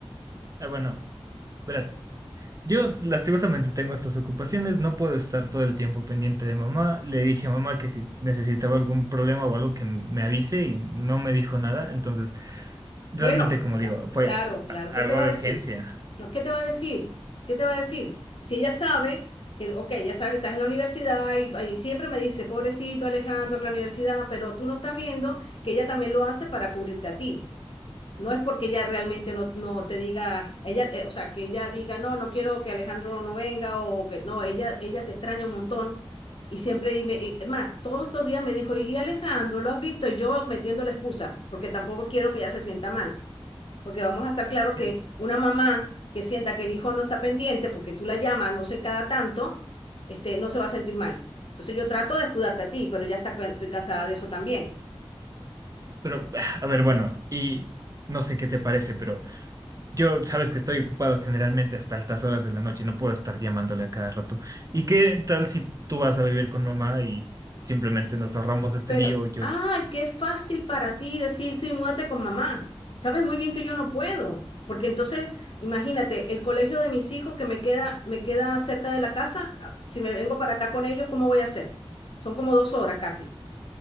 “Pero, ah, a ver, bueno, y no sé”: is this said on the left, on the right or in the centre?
Right